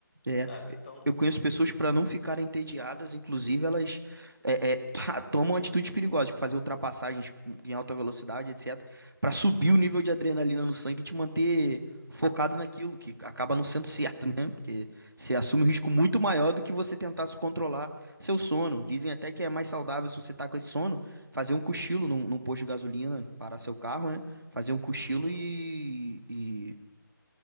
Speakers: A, on the right; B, on the left.
A: é.
B: sabe? Então,
A: Eu conheço pessoas para não ficarem entediadas, inclusive elas é, é, tá- tomam atitudes perigosas, tipo fazer ultrapassagens em alta velocidade, etc, para subir o nível de adrenalina no sangue e te manter focado naquilo, que acaba não sendo certo, <laughs> né? Porque você assume um risco muito maior do que você tentar se controlar seu sono. Dizem até que é mais saudável se você tá com esse sono, fazer um cochilo num, num posto de gasolina, parar seu carro, né? Fazer um cochilo
B: uhum,
A: e,